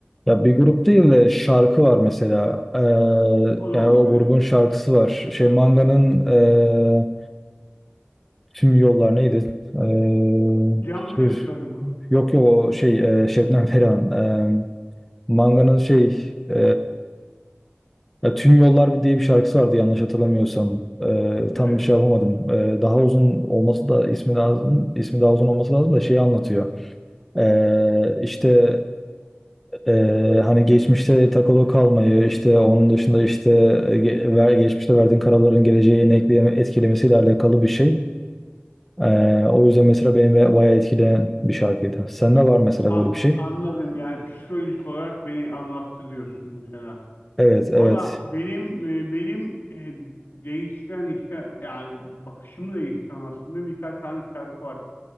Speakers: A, in the centre; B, on the left (about 65°).
A: Ya bir grup değil de şarkı var mesela. Ee,
B: O da olabilir.
A: yani o grubun şarkısı var. Şey Manga'nın e, tüm yollar neydi? Ee,
B: Cam
A: şey-
B: kırıkları mı?
A: yok yok o şey e, Şebnem Ferah'ın e, Manga'nın şey e, Ya, Tüm Yollar Bir diye bir şarkısı vardı yanlış hatırlamıyorsam. Ee,
B: Evet.
A: tam bir şey yapamadım. Ee, daha uzun olması da ismi lazım. İsmi daha uzun olması lazım da şeyi anlatıyor. Ee, işte e, hani geçmişte takılı kalmayı, işte onun dışında işte e, ge- ver- geçmişte verdiğin kararların geleceğe ne ekleyeme- etkilemesiyle alakalı bir şey. Ee, o yüzden mesela beni be- bayağı etkileyen bir şarkıydı. Sende var mesela
B: A-
A: böyle bir şey.
B: anladım yani psikolojik olarak beni anlattı diyorsun mesela.
A: Evet, evet.
B: Valla benim e, benim e, değiştiren işte yani bakışımı değiştiren aslında birkaç tane şarkı var.